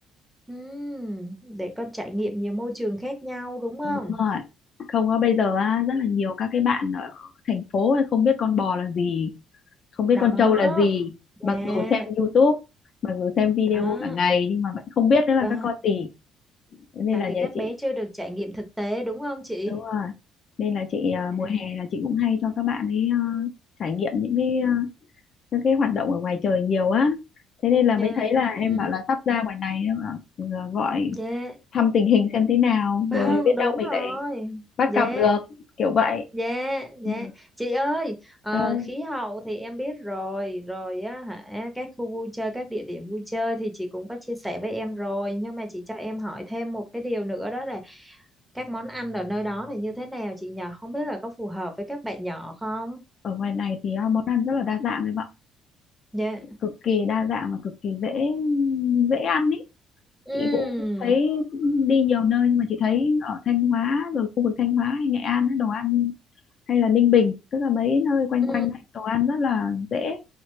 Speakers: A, in the centre; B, on the left.
A: Ừm, để con trải nghiệm nhiều môi trường khác nhau đúng không?
B: đúng rồi không có bây giờ á, rất là nhiều các cái bạn ở thành phố ấy không biết con bò là gì không biết
A: Đó,
B: con trâu là gì mặc
A: dạ,
B: dù xem YouTube mặc dù xem video
A: đó.
B: cả ngày nhưng mà vẫn không biết đấy là
A: Vâng.
B: các con gì nên
A: tại
B: là
A: vì
B: nhà
A: các
B: chị
A: bé chưa được trải nghiệm thực tế đúng không chị?
B: đúng rồi nên là chị à,
A: Dạ.
B: mùa hè là chị cũng hay cho các bạn ấy à, trải nghiệm những cái à, những cái hoạt động ở ngoài trời nhiều á thế nên là
A: Dạ.
B: mới thấy là em
A: Ừ.
B: bảo là sắp ra ngoài này em bảo, à, gọi
A: Dạ.
B: thăm tình hình xem thế nào
A: Vâng,
B: rồi biết
A: đúng
B: đâu mình
A: rồi.
B: lại bắt
A: Dạ,
B: gặp được kiểu vậy
A: dạ, dạ.
B: ừ.
A: Chị ơi, ờ,
B: ơi
A: khí hậu thì em biết rồi, rồi á hả, các khu vui chơi, các địa điểm vui chơi thì chị cũng có chia sẻ với em rồi, nhưng mà chị cho em hỏi thêm một cái điều nữa đó là các món ăn ở nơi đó thì như thế nào chị nhỏ, không biết là có phù hợp với các bạn nhỏ không?
B: ở ngoài này thì à, món ăn rất là đa dạng em ạ
A: Dạ.
B: cực kỳ đa dạng và cực kỳ dễ dễ ăn ý
A: Ừ.
B: chị cũng thấy đi nhiều nơi nhưng mà chị thấy ở Thanh Hóa rồi khu vực Thanh Hóa hay Nghệ An ấy, đồ ăn hay là Ninh Bình tức là mấy nơi quanh
A: Ừ.
B: quanh ấy, đồ ăn rất là dễ